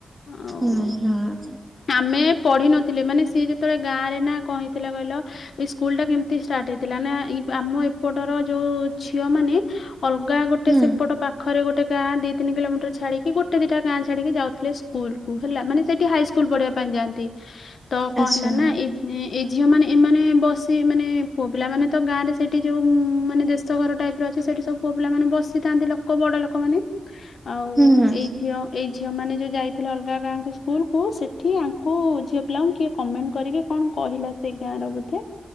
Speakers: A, on the left; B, in the centre.
A: ଆଉ
B: ନାଇଁ ହଁ।
A: ଆମେ ପଢି ନଥିଲେ ମାନେ ସିଏ ଯେତେବେଳେ ଗାଁ ରେ ନା କଣ ହେଇଥିଲା କହିଲ ଏଇ ସ୍କୁଲ ଟା କେମିତି ଷ୍ଟାର୍ଟ ହେଇଥିଲା ନା <unintelligible> ଆମ ଏପଟର ଯଉ ଝିଅ ମାନେ ଅଲଗା ଗୋଟେ
B: ହୁଁ
A: ସେପଟ ପାଖ ଘରେ ଗୋଟ ଗଁ ଦି ତିନି କିଲୋମିଟର ଛାଡିକି ଗୋଟେ ଦିଟା ଗାଁ ଛାଡିକି ଯାଉଥିଲେ ସ୍କୁଲ ହେଲା ମାନେ ସେଠି ହାଇ ସ୍କୁଲ ପଢିବା ପାଇଁ ଯାଆନ୍ତି। ତ କଣ
B: ଆଚ୍ଛା।
A: ହେଲା ନା ଏଇ ଏଇ ଝିଅ ମାନେ ଏମାନେ ବସି ମାନେ ପୁଅ ପିଲାମାନେ ତ ଗାଁ ରେ ସେଇଠି ଯୋଉ ମାନେ ଦେ ଘର ଟାଇପ ର ଅଛି ସେଠି ସବୁ ପିଲା ମାନେ ବସିଥାନ୍ତି ଲୋକ ବଡ ଲୋକମାନେ ଆଉ
B: ହୁଁ ହୁଁ
A: ଏଇ ଝିଅ ଏଇ ଝିଅମାନେ ଯେଉଁ ଯାଇଥିଲେ ଅଲଗା ଗାଁଙ୍କୁ ସ୍କୁଲକୁ ସେଠି ଆଙ୍କୁ ଝିଅ ପିଲାଙ୍କୁ କିଏ କମେଣ୍ଟ କରିକି କଣ କହିଲା ସେ ଗାଁ ର ବୋଧେ